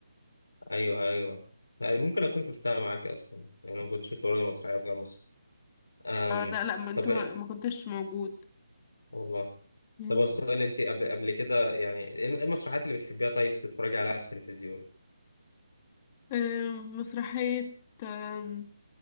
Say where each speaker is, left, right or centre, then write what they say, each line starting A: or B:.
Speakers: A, on the left; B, on the left.
A: ايوه ايوه يعني ممكن اكون شفتها معاك اصلا يعني انا كنت شفت برضه مسرحيه في جامعه مصر أم...
B: آه لا لا ما انتوا
A: طب
B: ما, ما كنتش موجود
A: والله
B: مم.
A: طب هو السؤال انت قبل قبل كده يعني ايه المسرحيات اللي بتحبيها طيب تتفرجي عليها على التلفزيون
B: آه، مسرحية آه،